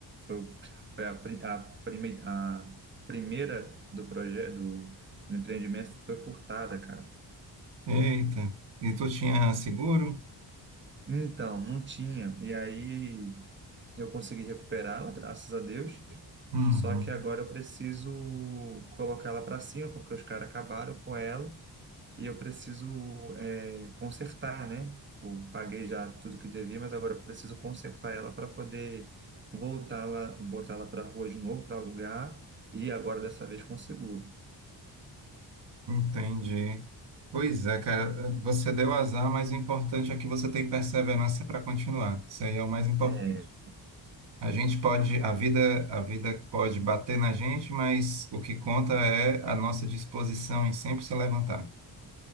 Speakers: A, on the right; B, on the right.
A: foi, o- <laughs> foi a, pri- a, prime, a primeira do projeto, do, do empreendimento, foi furtada, cara.
B: Eita, e tu tinha seguro?
A: Então, não tinha. E aí eu consegui recuperá-la, graças a Deus.
B: uhum.
A: Só que agora eu preciso colocá-la para cima, porque os caras acabaram com ela e eu preciso é, consertar, né? Eu paguei já tudo que devia, mas agora eu preciso consertar ela para poder voltá-la, botá-la para a rua de novo, para alugar, e agora dessa vez com seguro.
B: Entendi. Pois é, cara, você deu azar, mas o importante é que você tem perseverança para continuar. Isso aí é o mais importante.
A: É,
B: A gente pode, a vida, a vida pode bater na gente, mas o que conta é a nossa disposição em sempre se levantar.